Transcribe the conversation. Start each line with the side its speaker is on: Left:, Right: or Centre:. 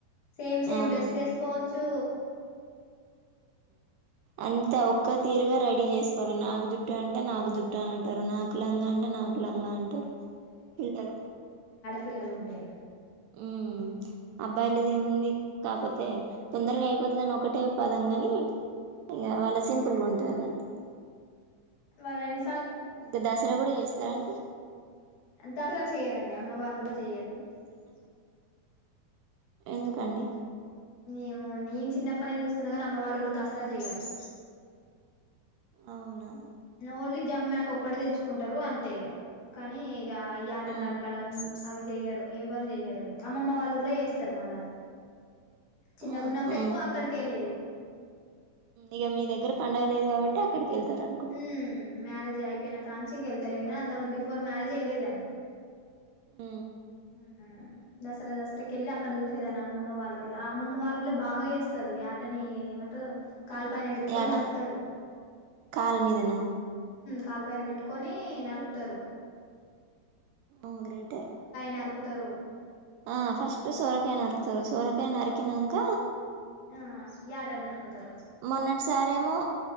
Left: సేమ్ సేమ్
Right: అవును
Left: డ్రెస్లు వేసుకో చూ
Right: అంత ఒక్క తీరుగా రెడీ చేసుకోవాలి నాకు జుట్టు అంటే నాకు జుట్టు చుట్టాలంటారు నాకు లంగా అంటే నాకు లంగా అంటారు పిల్లలు
Left: పిల్లలు ఉంటే
Right: ఉ అబ్బాయిలద ఏముంది కాకపోతే తొందరగా అయిపోతు దాని ఒకటే పదం కాని ఇ గ వాళ్ళ సింపుల్గా ఉంటాన్నట్
Left: వాళ్ళని
Right: ఇంకా దసరా కూడా చేస్తారాండి
Left: దసరా చేయరండి అమ్మ వాళ్ళు కూడా చెయ్యరు
Right: ఎందుకండి
Left: ఏేమ నేను చిన్నప్పటి నుంచి చూస్తున్నా కానీ అమ్మ వాళ్ళలో దసర చెయ్యారు
Right: అవునా
Left: ఓన్లీ జమ్కు ఆకు ఒక్కడ తెచ్చుకుంటారు అంతే ఇగ కానీ ఇ యాట
Right: ఆ
Left: నరకడం అవి చెయ్యడు ఏవరు చెయ్యరు అవి అమ్మమ్మ వాళ్ళ ఊర్లో చేస్తారు మళ్ళా అది చిన్నగున్నప్పుడు
Right: ఆహా
Left: ఎక్కువ అక్కడికి వెళ్ళేది
Right: ఇక మీ దగ్గర పండుగ లేదు కాబట్టి అక్కడికి కి వెళ్తారనుకోండి
Left: ఉమ్ మ్యారేజ్ అయిపోయినా కాంచి ఇక వెళ్తలే అంత ముంది బిఫోర్ మ్యారేజ్ వెళ్లేదాని
Right: ఊ
Left: ఊ దసరా దసరాకకెళ్లి అక్కడ చూసేదానా అమ్మమ్మ వాళ్ళుళ్ల అమ్మమ్మ వాళ్ళ ఊళ్లే బాగా చేస్తారు యాటని ఏమంట్రూ కాలు పైన పెట్టుకొని
Right: యాట
Left: నరుకుతడు
Right: కాలు మీదనా
Left: కాలు పైన వెట్టుకొని నరుకుతరు
Right: ఉ గ్రేటె
Left: నరుకుతరు
Right: ఆ ఫస్ట్ సోరకయ నరకుతరు సోరకాయ నరక్ కినంక
Left: ఆ యాటన్ నరుకుతరు
Right: మొన్నటి సారేమో